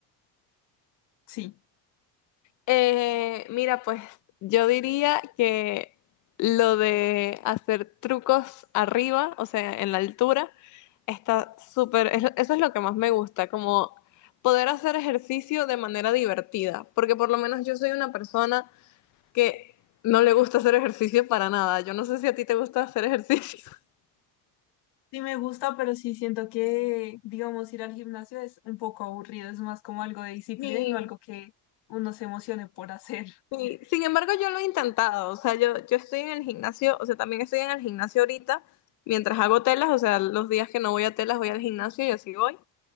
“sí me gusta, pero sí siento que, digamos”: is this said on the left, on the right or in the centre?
Left